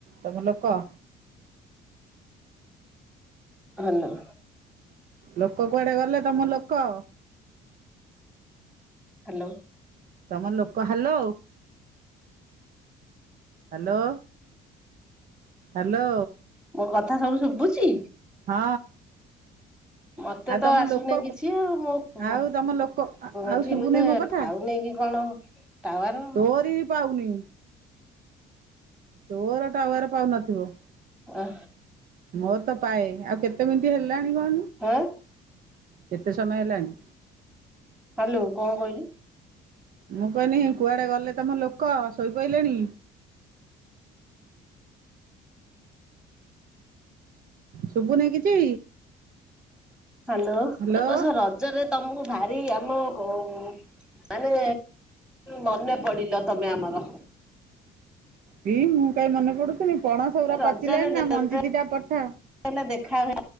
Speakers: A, on the right; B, in the centre.
A: ତମେ ଲୋକ
B: ହାଲୋ।
A: ଲୋକ କୁଆଡେ ଗଲେ ତମ ଲୋକ କ
B: ହାଲୋ।
A: ତମ ଲୋକ ହାଲୋ ହାଲୋ ହାଲୋ।
B: ମୋ କଥା ସବୁ ଶୁଭୁଛି
A: ହଁ।
B: ମତେ
A: ଆଉ
B: ତ
A: ତମ
B: ଆସୁନି
A: ଲୋକ
B: କିଛି ଆଉ ମୁଁ
A: ଆଉ ତମ ଲୋକ ଆଉ
B: ଏଠି
A: ଶୁଭୁନି
B: ବୋଧେ
A: ମୋ କଥା
B: ପାଉନି କି କଣ ଟାୱାର
A: ତୋରି ବି ପାଉନି ତୋର ଟାୱାର ପାଉନାଥିବ
B: ଅ
A: ମଁ ତ ପାଏ ଆଉ କେତେ ମିନିଟ୍ ହେଲାଣି କଣ?
B: ଆଁ
A: କେତେ ସମମୟଲାଣି
B: ହାଲୋ କଣ କହିଲୁ?
A: ମୁଁ କହିଲି କୁଆଡେ ଗଲେ ତମ ଲୋକ ଶୋଇପହଡିଲେଣି ଶୁଭୁନି କିଛି।
B: ହାଲୋ
A: ହାଲୋ
B: ଏ ବର୍ଷ ରଜରେ ତମକୁ ଭାରି ଆମ ଓ ମାନେ ମନେ ପଡିଲ ତମେ ଆମର
A: କିଇ ମୁଁ କାଇଁ ମନେ ପଡୁଛି। ପଣସ ର
B: ରଜରେ
A: ପାଚିଲେଣି
B: ଯେତେ
A: ନା ମଞ୍ଜି ଦିଟା ପଠା
B: ହେଲେ ଦେଖା ହୁଏ